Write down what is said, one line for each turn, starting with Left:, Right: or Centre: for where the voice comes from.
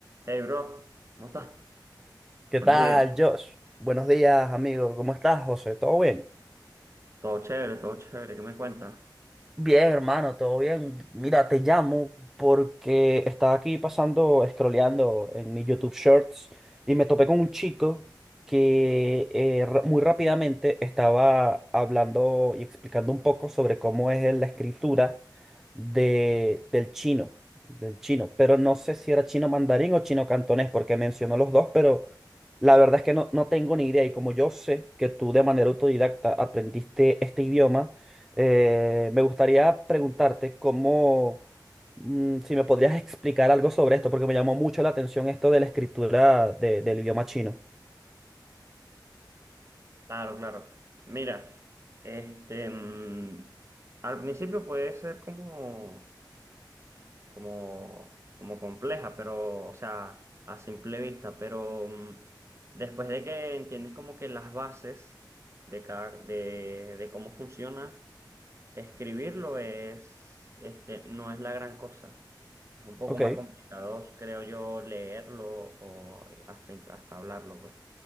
Right: Hey, bro, ¿cómo estás?
Centre: ¿Qué
Right: Buenos
Centre: tal,
Right: días.
Centre: Josh? Buenos días, amigo. ¿Cómo estás, José? ¿Todo bien?
Right: Todo chévere, todo chévere. ¿Qué me cuentas?
Centre: Bien, hermano, todo bien. Mira, te llamo porque estaba aquí pasando, scrolleando en mi YouTube Shorts y me topé con un chico que eh, ra- muy rápidamente estaba hablando y explicando un poco sobre cómo es la escritura de, del chino, del chino. Pero no sé si era chino mandarín o chino cantonés porque mencionó los dos, pero la verdad es que no, no tengo ni idea. Y como yo sé que tú de manera autodidacta aprendiste este idioma, eh, me gustaría preguntarte cómo, mm, si me podrías explicar algo sobre esto, porque me llamó mucho la atención esto de la escritura de- del idioma chino.
Right: Claro, claro. Mira, este, mm, al principio puede ser como, como, como compleja, pero, o sea, a simple vista, pero mm, después de que entiendes como que las bases de cada, de, de cómo funciona, Escribirlo es, este, no es la gran cosa. Es un poco
Centre: Ok,
Right: más complicado, creo yo, leerlo o hasta, hasta hablarlo, pues.